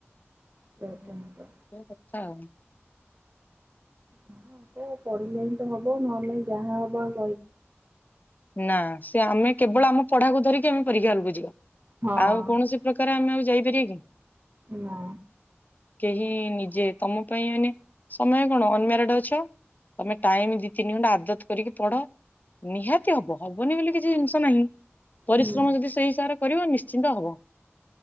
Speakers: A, on the right (about 40°); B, on the left (about 40°).
A: ସେଇଟା
B: <unintelligible>
A: ହିଁ ତ
B: କଥା ଆଉ।
A: ହଁ ହବ ପଢିଲେ ହିଁ ତ ହବ, ନହଲେ ଯାହା ହବ ଆ
B: ନା ସେ ଆମେ କେବଳ ଆମ ପଢାକୁ ଧରିକି, ଆମେ ପରୀକ୍ଷା ହଲକୁ ଯିବା।
A: ହଁ
B: ଆଉ କୌଣସି ପ୍ରକାର ଆମେ ଆଉ ଯାଇପାରିଆ କି?
A: ନା।
B: କେହି ନିଜେ ତମ ପାଇଁ ମାନେ, ସମୟ କଣ ଅନମ୍ୟାରେଡ ଅଛ ତମେ ଟାଇମ ଦି ତିନି ଘଣ୍ଟା ଆଦତ କରିକି ପଢ଼, ନିହାତି ହବ ହବନି ବୋଲି କିଛି ଜିନିଷ ନାହିଁ। ପରିଶ୍ରମ
A: ହୁଁ
B: ଯଦି ସେଇ ହିସାବରେ କରିବ, ନିଶ୍ଚିନ୍ତ ହବ।